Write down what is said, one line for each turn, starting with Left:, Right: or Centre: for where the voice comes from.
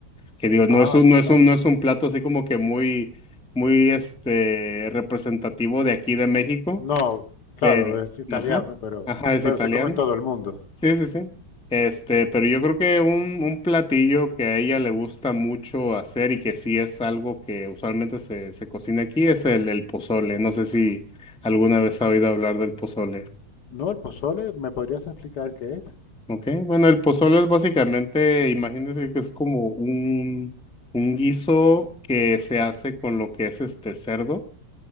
Centre: que digo, no
Left: Ah,
Centre: es un,
Left: me
Centre: no
Left: encanta.
Centre: es un, no es un plato así como que muy, muy, este, representativo de aquí de México,
Left: No, claro,
Centre: pero,
Left: es italiano,
Centre: ajá,
Left: pero,
Centre: ajá, es
Left: pero
Centre: italiano.
Left: se come en todo el mundo.
Centre: Sí, sí, sí. Este, pero yo creo que un, un platillo que a ella le gusta mucho hacer y que sí es algo que usualmente se, se cocina aquí es el, el pozole. No sé si alguna vez ha oído hablar del pozole.
Left: No, el pozole, ¿me podrías explicar qué es?
Centre: ¿Ok? Bueno, el pozole es básicamente, imagínense que es como un, un guiso que se hace con lo que es este cerdo.